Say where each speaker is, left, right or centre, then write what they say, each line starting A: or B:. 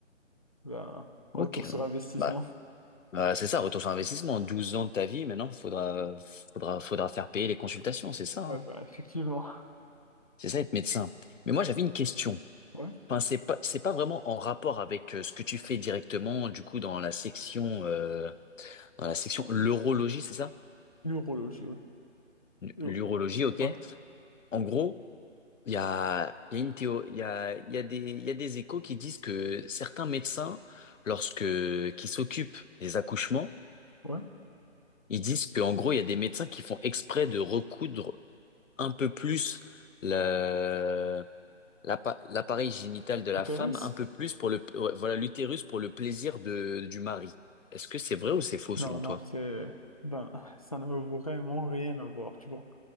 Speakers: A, on the left; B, on the left.
A: Ben, retour
B: Ok.
A: sur investissement.
B: Bah,
A: <laughs>
B: euh, c'est ça, retour sur investissement. 12 ans de ta vie, maintenant, faudra, faudra, faudra faire payer les consultations, c'est ça,
A: Ouais,
B: hein.
A: ben, effectivement.
B: C'est ça, être médecin. Mais moi, j'avais une question.
A: Ouais.
B: Enfin, c'est pas, c'est pas vraiment en rapport avec euh, ce que tu fais directement, du coup, dans la section, euh, dans la section l'urologie, c'est ça?
A: L'urologie, oui. Uro-
B: L'urologie, ok.
A: Ouais,
B: En gros, il y a, il y a une théo, il y a, il y a des, il y a des échos qui disent que certains médecins, lorsque, qui s'occupent des accouchements,
A: ouais.
B: Ils disent qu'en gros, il y a des médecins qui font exprès de recoudre un peu plus la- l'appa- l'appareil génital de la
A: L'utérus?
B: femme, un peu plus pour le, ouais, voilà, l'utérus pour le plaisir de, du mari. Est-ce que c'est vrai ou c'est faux
A: Non,
B: selon
A: non,
B: toi?
A: c'est... Ben, ça ne veut vraiment rien à voir, tu vois.